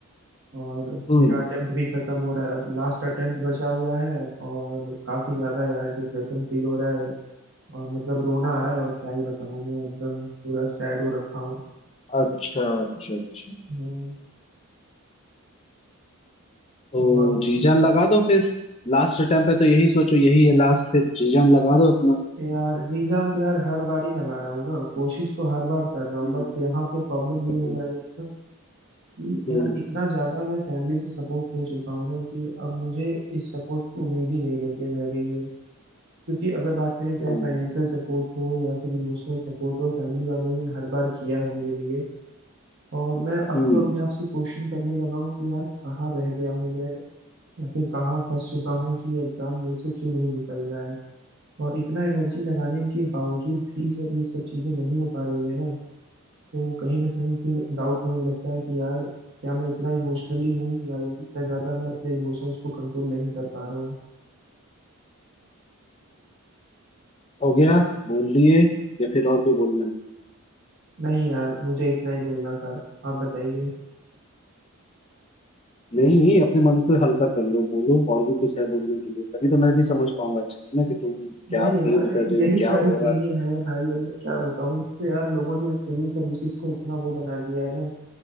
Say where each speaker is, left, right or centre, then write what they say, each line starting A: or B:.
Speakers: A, on the right (about 50°); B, on the left (about 25°).
A: और
B: हम्म
A: मेरा अटेम्प्ट भी खत्म हो रहा है अब लास्ट अटेम्प्ट बचा हुआ है और काफी ज्यादा यार डिप्रेशन फील हो रहा है और मतलब रोना आ रहा है और क्या ही बताऊं मैं एकदम पूरा सैड हो रखा हूँ
B: अच्छा अच्छा अच्छा
A: हम्म,
B: तो
A: और
B: जीजान लगा दो फिर लास्ट अटेम्प्ट पे तो यही सोचो यही है लास्ट फिर जीजान लगा दो अपना
A: यार रीजान तो यार हर बार ही लगा रहा हूँ ना कोशिश तो हर बार कर रहा हूँ
B: हम्म
A: बट यहाँ पे प्रॉब्लम
B: हम्म
A: ये हो जा रही है ना कि
B: हम्म
A: यार इतना ज्यादा मैं फैमिली से सपोर्ट ले चुका हूँ ना कि अब मुझे इस सपोर्ट की उम्मीद ही नहीं रहती है रह गई है क्योंकि अगर बात करें चाहे
B: हम्म
A: फाइनेंशियल सपोर्ट हो या फिर इमोशनल सपोर्ट हो फैमिली वालों ने हर बार किया है मेरे लिए और मैं अब
B: हम्म,
A: तो अपने आप से क्वेश्चन करने लगा हूँ कि यार कहाँ रह गया हूँ मैं या फिर कहाँ फंस चुका हूँ कि ये एग्जाम मेरे से क्यों नहीं निकल रहा है और इतना एनर्जी लगाने के बावजूद भी जब ये सब चीजें नहीं हो पा रही है ना तो कहीं ना कहीं फिर डाउट होने लगता है कि यार क्या मैं इतना इमोशनली हूँ या इतना ज्यादा मैं अपने इमोशंस को कंट्रोल नहीं कर पा रहा हूँ
B: हो गया बोल लिए या फिर और भी बोलना है
A: नहीं यार मुझे इतना ही बोलना था आप बताइए
B: नहीं अपने मन को हल्का कर लो बोलो और भी कुछ है बोलने के लिए तभी तो मैं भी समझ पाऊंगा अच्छे से ना कि तुम क्या
A: नहीं
B: फील
A: यार
B: कर रहे
A: यही
B: हो क्या
A: सारी
B: हो रहा
A: चीजें
B: है।
A: हैं भाई अब मैं क्या बताऊँ एक तो यार लोगों ने सिविल सर्विसेज को इतना वो बना दिया है ना